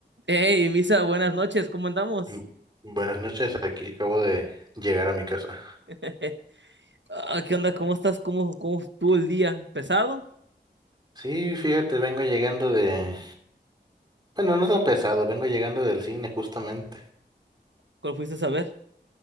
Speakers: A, on the right; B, on the right.
A: Hey, Misa, buenas noches, ¿cómo andamos?
B: Bu- Buenas noches, aquí acabo de llegar a mi casa.
A: <laughs> Ah, ¿Qué onda? ¿Cómo estás? ¿Cómo, cómo estuvo el día? ¿Pesado?
B: Sí, fíjate, vengo llegando de... Bueno, no tan pesado, vengo llegando del cine justamente.
A: ¿Cuál fuiste a ver?